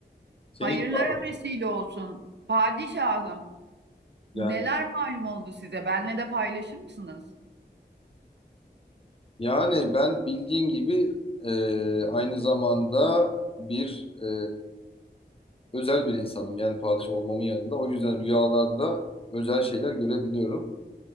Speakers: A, on the left; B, on the right.
A: Seni
B: Hayırlara
A: hiç var.
B: vesile olsun. Padişahım,
A: Yani,
B: neler malum oldu size? Benle de paylaşır mısınız?
A: yani ben bildiğin gibi e, aynı zamanda bir e, özel bir insanım. Yani padişah olmamın yanında. O yüzden rüyalarda özel şeyler görebiliyorum.